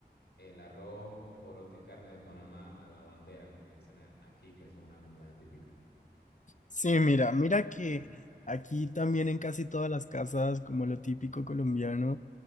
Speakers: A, on the left; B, on the left.
A: el arroz, poroto y carne de Panamá a la bandera, como le dicen a- aquí, que esa es una comida típica.
B: sí, mira, mira que aquí también en casi todas las casas, como lo típico colombiano,